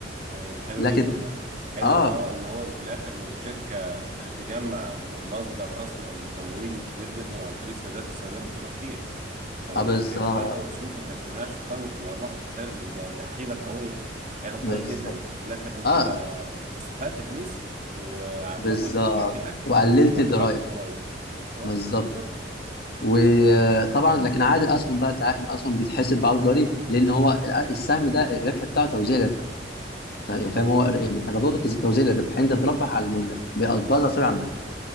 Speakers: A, on the right; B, on the left.
A: ايوه حلو
B: لكن
A: جدا ده حلو
B: اه
A: اه ان هو في الاخر ان الشركه ت- تجمع مصدر اصلا تمويل كبير جدا عن طريق السندات السندات بتبقى كتير فلما
B: اه بالظبط
A: تعتبرها مصروف ما تعتبرهاش في قائمه الارباح والخسائر دي ده, ده حيله قويه حيله
B: بالظبط
A: قويه جدا يعني في الاخر انت
B: اه
A: ما استفدت فلوس ومولت
B: بالظبط
A: شركتك
B: وقللت
A: وما
B: الضرايب
A: دفعتش ضرائب اه
B: بالظبط
A: بالظبط
B: وطبعا
A: اه
B: لكن عائد الاسهم بقى انت عارف ان الاسهم بيتحسب بعد الضريبه لان هو الأ- السهم
A: مم.
B: ده الربح بتاعه توزيع للربح يعني فاهم
A: مم.
B: هو يعني ايراداته تز- توزيع للربح يعني انت بتربح على الملاك بي- بتوزع سوري على الملاك